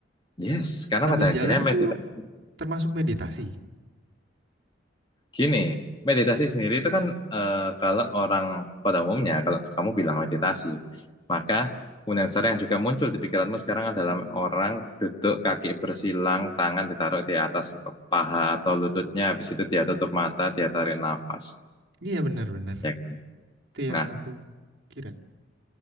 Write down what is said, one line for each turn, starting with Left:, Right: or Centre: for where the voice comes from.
Left: yes, karena
Right: sambil
Left: pada akhirnya
Right: jalan itu
Left: meditasi
Right: termasuk meditasi.
Left: Gini, meditasi sendiri itu kan eh, kalau orang pada umumnya, kalau kamu bilang meditasi, maka kemudian besar yang juga muncul di pikiranmu sekarang adalah orang duduk kaki bersilang, tangan ditaruh di atas paha atau lututnya, habis itu dia tutup mata, dia tarik nafas.
Right: Iya benar-benar.
Left: Ya.
Right: Itu yang
Left: Nah,
Right: aku kira.